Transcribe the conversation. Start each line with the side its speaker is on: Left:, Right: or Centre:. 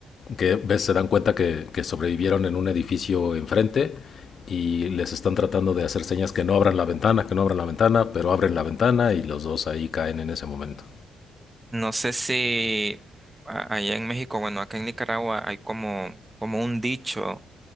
Left: que ves, se dan cuenta que, que sobrevivieron en un edificio enfrente y les están tratando de hacer señas que no abran la ventana, que no abran la ventana, pero abren la ventana y los dos ahí caen en ese momento.
Right: No sé si a- allá en México, bueno, acá en Nicaragua hay como, como un dicho